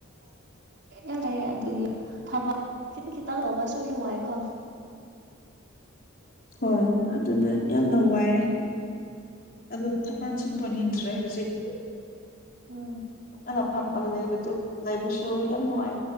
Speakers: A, on the right; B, on the left.
A: ꯑꯂ <unintelligible> <inaudible> ꯑꯗꯨꯒꯤ ꯊꯕꯛ ꯈꯤ ꯈꯤꯇꯪ ꯂꯧꯕꯁꯨ ꯅꯨꯡ ꯋꯥꯥꯏꯀꯣ
B: ꯍꯣꯏ ꯑꯗꯨꯅ ꯌꯥꯝꯅ ꯋꯥꯏꯑꯦ ꯑꯗꯣ ꯊꯕ
A: ꯎꯝ
B: ꯁꯨ ꯇꯅꯤꯗ꯭ꯔꯦ ꯍꯧꯖꯤꯛ
A: ꯎꯝ
B: ꯅ ꯐꯝꯕ ꯂꯩꯕꯗꯨ ꯂꯩꯕꯁꯨ ꯌꯥꯝꯅꯨꯡ ꯋꯥꯏ